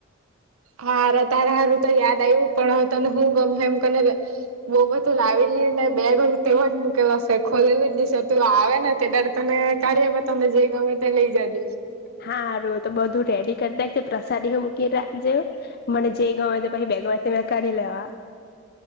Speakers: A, on the right; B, on the left.
A: હાર તારા હારું તો યાદ આવ્યું પણ તને હું ગમે એમને બહ બધું લાવી બેગય તેવ જ મૂકેલો હશે ખોલેલું જ દશેટલું આવે ને તે દ તમે કાઢ્યા તને જે ગમે ત્યા લઈ જ દ
B: હાારુ તો બધું રેડી કર રાખજે પ્રસાદી હો મૂકી રાખજે મને જે ગમે તે પહિ બેગમાંથી મે કાડી લેવા.